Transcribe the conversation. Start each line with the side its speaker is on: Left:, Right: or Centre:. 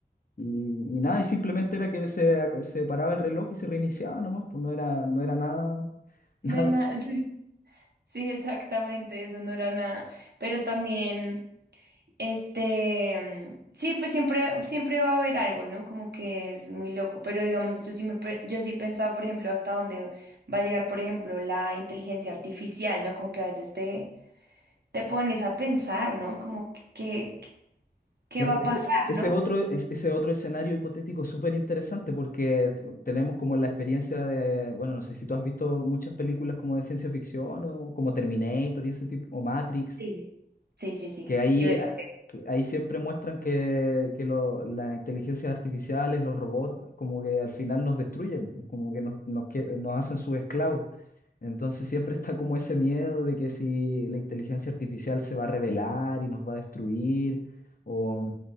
Left: y, y nada, y simplemente era que se, ac- se paraba el reloj y se reiniciaba nomás, pues no era, no era nada, <laughs>
Right: no
Left: nada.
Right: es nada. <laughs> Sí, exactamente, eso no era nada. Pero también... Este, sí, pues siempre, siempre va a haber algo, ¿no? Como que es muy loco, pero digamos, yo sí me, pre- yo sí he pensado, por ejemplo, hasta dónde va a llegar, por ejemplo, la inteligencia artificial, ¿no? Como que a veces te, te pones a pensar, ¿no? Como que, que- ¿qué
Left: Claro,
Right: va a
Left: ese,
Right: pasar,
Left: ese
Right: ¿no?
Left: es otro, es- ese es otro escenario hipotético súper interesante porque es- tenemos como la experiencia de, bueno, no sé si tú has visto muchas películas como de ciencia ficción o como Terminator y ese tipo, o Matrix.
Right: Sí. Sí, sí, sí,
Left: que ahí,
Right: sí, ¿verdad?
Left: a- que ahí siempre muestran que, que lo- las inteligencias artificiales, los robots, como que al final nos destruyen, como que nos, nos, que- nos hacen sus esclavos. Entonces siempre está como ese miedo de que si la inteligencia artificial se va a rebelar y nos va a destruir, o,